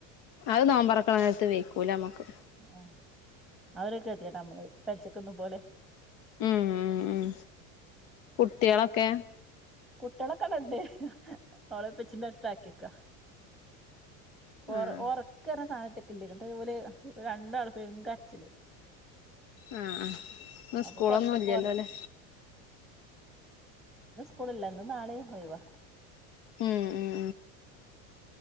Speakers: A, on the left (about 60°); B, in the centre.
A: അത് നോമ്പൊറക്കണ നേരത്ത് വെയ്ക്കൂലാമ്മക്ക്
B: ആഹ് അതൊരു ഗതികേടാ നമ്മള് പച്ചക്ക്ന്നും പോലെ
A: ഉം ഉം ഉം കുട്ട്യേളൊക്കെ
B: കുട്ട്യേളെക്കെ <unintelligible> ഓളെ ഉപ്പച്ചീൻ്റെടുത്ത് ആക്കിക്കാ ഒറ
A: ആഹ്
B: ഒറക്ക് പറഞ്ഞ സാന <unintelligible> ഇന്നിട്ട് ഓല് രണ്ടാളും പെരും കരച്ചില്
A: ആഹ് ആഹ് ഇന്ന്
B: അപ്പൊ
A: സ്കൂളൊന്നുല്ലല്ലോ
B: പൊറത്ത് പൊറത്ത്
A: ല്ലേ
B: സ്കൂളില്ലാ ഇന്നും നാളെയും ഒയിവാ
A: ഉം ഉം